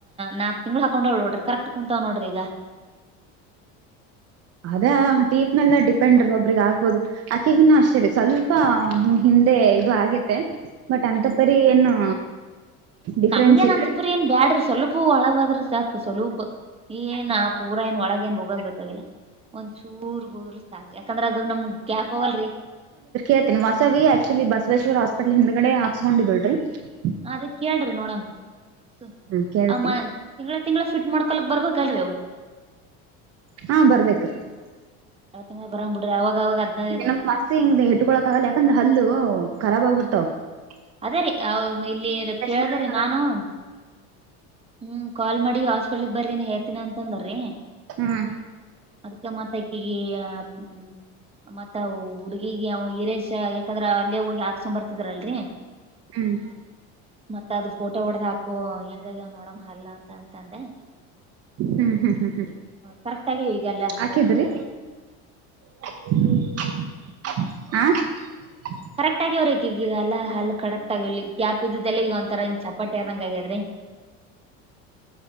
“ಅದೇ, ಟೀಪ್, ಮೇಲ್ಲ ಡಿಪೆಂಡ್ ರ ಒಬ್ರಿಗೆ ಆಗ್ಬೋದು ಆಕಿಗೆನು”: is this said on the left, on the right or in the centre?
Right